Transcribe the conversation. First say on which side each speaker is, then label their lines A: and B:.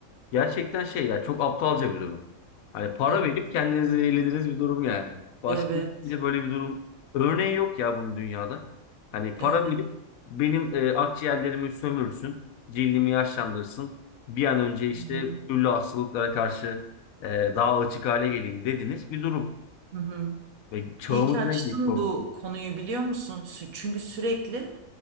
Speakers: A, on the left (about 80°); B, on the right (about 85°).
A: Gerçekten şey ya çok aptalca bir durum. Hani para
B: Evet.
A: verip kendinizi eğlediğiniz bir durum yani. Başka
B: Evet.
A: hiçbir böyle bir durum örneği yok ya bunun dünyada. Hani para
B: Evet.
A: verip benim e, akciğerlerimi sömürsün, cildimi yaşlandırsın. Bir an önce işte
B: Hı hı.
A: türlü hastalıklara karşı e, daha açık hale geleyim dediniz bir durum.
B: Hı hı.
A: Ve çağımızın
B: İyi ki açtın
A: en büyük problemi.
B: bu konuyu biliyor musun? Sü- Çünkü sürekli